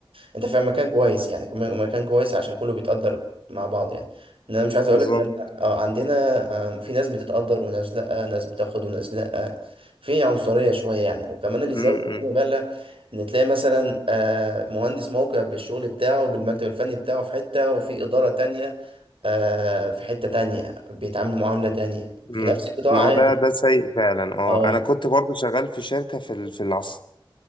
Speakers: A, on the right; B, on the left.
A: انت في مكان كويس يعني كمان مكان كويس عشان كله بيتقدر مع بعض يعني ان انا مش عايز
B: بالظبط
A: اقول لك ان انا اه عندنا آم، في ناس بتتقدر وناس لا ناس بتاخد وناس لا في عنصريه شويه يعني وكمان اللي
B: امم
A: زود
B: امم
A: مبالغ ان تلاقي مثلا آه، مهندس موقع بالشغل بتاعه بالمكتب الفني بتاعه في حته وفي اداره تانية آه، في حته تانية بيتعاملوا معامله تانية في
B: إمم.
A: نفس القطاع
B: ما
A: عادي
B: هو ده ده سيء فعلا اه
A: اه
B: انا كنت برضو شغال في شركه في ال- في العاصمه